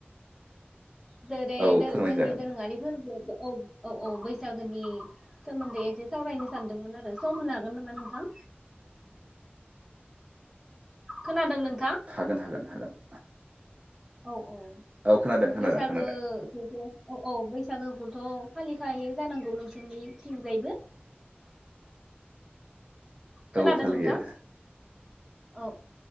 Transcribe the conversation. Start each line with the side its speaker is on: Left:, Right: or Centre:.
Centre: जेरै
Right: औ
Centre: दो-जोंनि
Right: फोरमायजागोन
Centre: दोरोङारि फोरबो औ औ औ बैसागोनि सोमोन्दै एसे सावरायनो सानदोंमोन आरो सम होनो हागोन नामा नोंथां खोनादों नों
Right: हागोन हागोन हागोन
Centre: औ अ
Right: औ खोनादों खोनादों
Centre: बैसागोखौथ'
Right: खोनादों
Centre: औ औ बैसागोखौ थ' फालिखायो जानांगौ नोंसोरनिथिंजायबो खोनादों
Right: औ फालियो
Centre: नोंथां औ औ